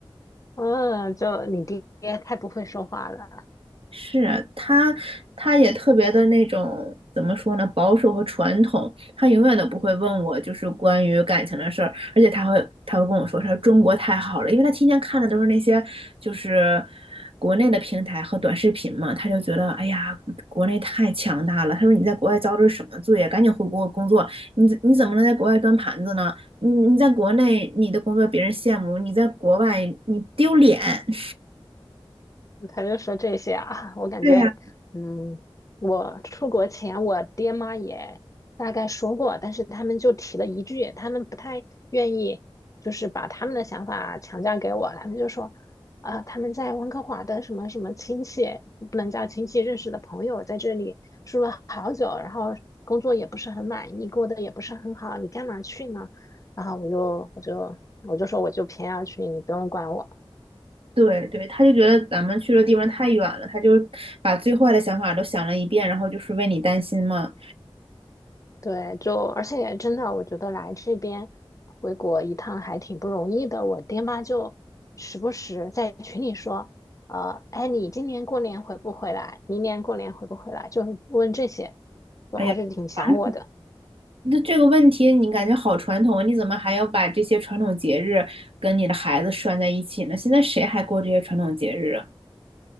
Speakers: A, on the left (about 35°); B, on the right (about 75°).
A: 嗯，就你爹太不会说话了。
B: 是他，他也特别的那种怎么说呢，保守和传统。他永远都不会问我就是关于感情的事儿，而且他会他会跟我说他说中国太好了，因为他天天看的都是那些就是国内的平台和短视频嘛，他就觉得哎呀，国内太强大了。他说你在国外遭的是什么罪呀？赶紧回国工作，你怎你怎么能在国外端盘子呢？你你在国内你的工作别人羡慕，你在国外你丢脸。<laughs>
A: 他就说这些啊，我感觉，
B: 对呀。
A: 嗯，我出国前我爹妈也大概说过，但是他们就提了一句，他们不太愿意，就是把他们的想法强加给我，他们就说，啊、他们在温哥华的什么什么亲戚，不能叫亲戚，认识的朋友在这里住了好久，然后工作也不是很满意，过得也不是很好，你干嘛去呢？然后我就我就我就说我就偏要去，你不用管我。
B: 对对，他就觉得咱们去的地方太远了，他就把最坏的想法都想了一遍，然后就是为你担心嘛。
A: 对，就而且真的，我觉得来这边回国一趟还挺不容易的。我爹妈就时不时在群里说，呃，哎，你今年过年回不回来？明年过年回不回来？就问这些，就还是挺想我的。
B: 哎呀，传统，那这个问题你感觉好传统啊，你怎么还要把这些传统节日跟你的孩子拴在一起呢？现在谁还过这些传统节日啊？